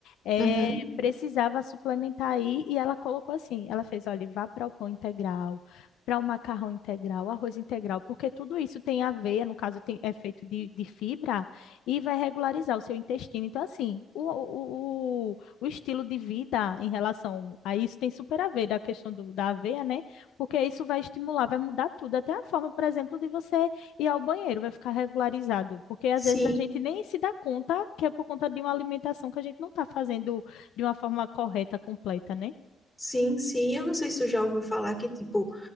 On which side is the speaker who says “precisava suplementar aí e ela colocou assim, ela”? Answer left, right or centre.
Left